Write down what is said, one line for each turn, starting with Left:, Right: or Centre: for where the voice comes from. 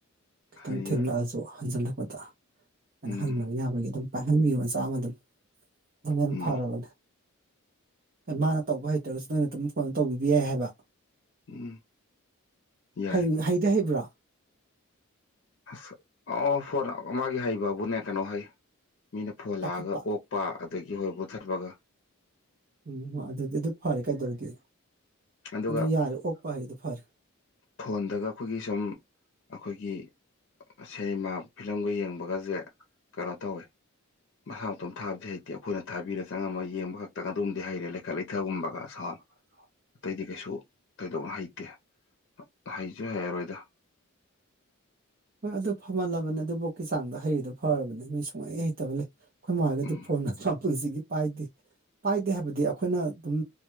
Right: ꯈꯤꯇꯪ
Left: ꯍꯥꯏ
Right: ꯊꯦꯡꯂꯛꯑꯁꯨ
Left: ꯌꯥꯏ
Right: ꯍꯟꯖꯤꯜꯂꯛꯄꯗ ꯑꯗꯥ
Left: ꯎꯝ
Right: ꯍꯪꯅꯕ ꯌꯥꯕꯒꯤ ꯑꯗꯨꯝ ꯄꯥꯏꯍꯟꯕꯤꯌꯣ ꯃꯆꯥ ꯑꯃ ꯑꯗꯨꯝ ꯑꯗꯨꯅ ꯍꯦꯟ
Left: ꯎꯝ
Right: ꯐꯔꯕꯅꯦ ꯃꯅꯥ ꯇꯧꯕ ꯍꯩꯇ꯭ꯔꯥꯒꯁꯨ ꯅꯣꯏꯅ ꯑꯗꯨꯝ ꯐꯣꯟ ꯇꯧꯕꯤꯕ ꯌꯥꯏ ꯍꯥꯏꯕ
Left: ꯎꯝ꯫ ꯌꯥꯏ
Right: ꯍꯩ ꯍꯩꯗꯤ ꯍꯩꯕ꯭ꯔꫭ
Left: ꯑꯁ ꯑꯥ ꯐꯣꯟ ꯃꯥꯒꯤ ꯍꯩꯕꯕꯨꯅꯦ ꯀꯩꯅꯣ ꯍꯩ ꯃꯤꯅ ꯐꯣꯟ
Right: ꯄꯥꯏꯈꯠꯄ
Left: ꯂꯛꯑꯒ ꯑꯣꯛꯄ ꯑꯗꯥꯒꯤ ꯍꯣꯏ ꯃꯨꯊꯠꯄꯒ
Right: ꯎꯝ ꯑꯗꯨꯗꯤ ꯑꯗꯨ ꯐꯔꯦ ꯀꯩꯗꯧꯔꯒꯦ
Left: ꯑꯗꯨꯒ
Right: ꯑꯗꯨ ꯌꯥꯔꯦ ꯑꯣꯛꯄ ꯍꯩꯔꯤꯗꯨ ꯐꯔꯦ
Left: ꯐꯣꯟꯗꯒ ꯑꯩꯈꯣꯏꯒꯤ ꯁꯨꯝ ꯑꯩꯈꯣꯏꯒꯤ ꯁꯦꯅꯦꯃꯥ ꯐꯤꯂꯝꯒ ꯌꯦꯡꯕꯒꯁꯦ ꯀꯩꯅꯣ ꯇꯧꯋꯦ ꯃꯁꯥ ꯃꯇꯣꯝ ꯊꯥꯕꯗꯤ ꯍꯩꯇꯦ ꯑꯩꯈꯣꯏꯅ ꯊꯥꯕꯤꯔ ꯆꯪꯉꯝꯃꯒ ꯌꯦꯡꯕ ꯈꯛꯇꯒ ꯑꯗꯨꯝꯗꯤ ꯍꯩꯔꯦ ꯂꯩꯈꯠ ꯂꯩꯊꯒꯨꯝꯕꯒ ꯁꯥꯎꯟ
Right: ꯑꯥ ꯁꯥꯎꯟ
Left: ꯑꯇꯩꯗꯤ ꯀꯩꯁꯨ ꯊꯣꯏꯗꯣꯛꯅ ꯍꯩꯇꯦ ꯍꯩꯁꯨ ꯍꯩꯔꯔꯣꯏꯗ
Right: ꯍꯣꯏ ꯑꯗꯨ ꯐꯝꯃꯜꯂꯕꯅꯤ ꯑꯗꯨꯕꯣꯛꯀꯤ ꯆꯥꯡꯗ ꯍꯩꯔꯤꯗꯨꯣ ꯐꯔꯕꯅꯤ ꯃꯤ ꯁꯨꯡꯍꯩ ꯍꯩꯇꯕ ꯂꯩ ꯑꯩꯈꯣꯏ ꯃꯥ ꯍꫭꯏꯒꯗꯤ
Left: ꯎꯝ
Right: ꯐꯣꯟ ꯒꯥꯁꯦ ꯃꯄꯨꯟꯁꯤꯒꯤ ꯄꯥꯏꯗꯦ ꯄꯥꯏꯗꯦ ꯍꯥꯏꯕꯗꯤ ꯑꯩꯈꯣꯏꯅ ꯑꯗꯨꯝ